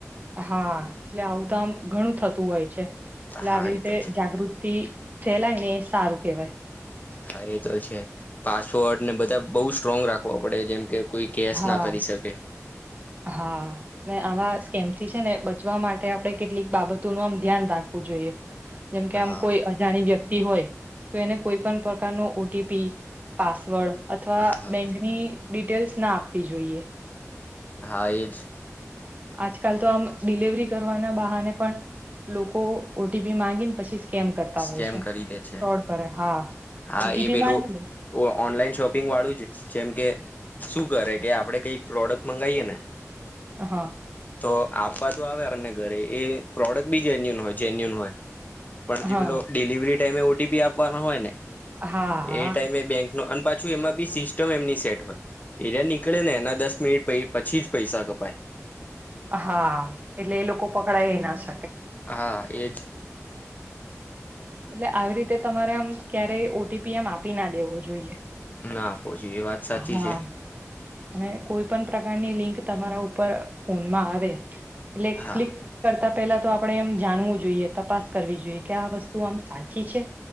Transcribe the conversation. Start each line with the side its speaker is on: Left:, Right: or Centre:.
Right: હા એટલે આવું તો આમ ઘણું થતું હોય છે. એટલે
Left: હા
Right: આવી રીતે
Left: એ તો છે
Right: જાગૃતિ ફેલાય ને એ સારું કેવાય.
Left: હા એ તો છે પાસવોર્ડ ને બધા બઉુ સ્ટ્રોંગ રાખવા પડે જેમ કે. કોઈ કેસ
Right: હા
Left: ના કરી શકે.
Right: હા. ને આવા સ્કેમ થી છે ને બચવા માટે આપડણે કેટલીક બાબતો ન આમ ધ્યાન રાખવું જોઈએ. જેમ કે આમ
Left: હા
Right: કોઈ અજાણી વ્યક તી હોય તો એને કોઈ પણ પ્રકાર નું ઓ-ટી- પી પાસવર્ડ અથવા
Left: હા
Right: બેંકની ડિટેલ્સ ના આપવી જોઈએ.
Left: હા એજ.
Right: આજકાલ તો આમ ડિલવરી કરવાના બહાને પણ લોકો ઓટીપી માંગીને પછી સ્કેમ કરતા
Left: સ્કેમ
Right: હોય છે ફ્રોડ
Left: કરી દે છે
Right: કરે હા.
Left: હા
Right: ઓટીપી
Left: એ પેલું
Right: માંગી
Left: ઓનલાઈન શોપિંગ વાળું જ જેમ કે શું કરે કે આપડે કઈક પ્રોડક્ટ મંગાવીએ ને
Right: હા
Left: તો આપવા તો આવે પન ને ઘરે એ પ્રોડક્ટ બી જેન્યુન હોય જેન્યુન હોય પણ
Right: હા
Left: જે પેલો ડિલિવરી મે ઓટીપી આપવાના હોય ને
Right: હા હા.
Left: એ ટાઈમે બેંક અને પાછું એમાં બી સિસ્ટમ એમની સેટ હોય એ નીકળે ને એના દસ મિનિટ પહિ પછી જ પૈસા કપાય.
Right: હા એટલે એ લોકો પકડાય એ નય સ
Left: હા એજ.
Right: એટલે આવી રીતે તમારે આમ ક્યારે ઓટીપી એમ આપી ના દેવો જોઈએ
Left: ના પહોંચી એ વાત સાચી
Right: હા.
Left: છે
Right: અને કોઈ પણ પ્રકારની લિંક તમારા ઉપર ફોનમાં આવે એટલે
Left: હા
Right: ક્લિક કર તા પેલા તો આપડે એમ જાણવું જોઈએ તપાસ કરવી જોઈએ કે આ વસ્ તું આમ સાચી છે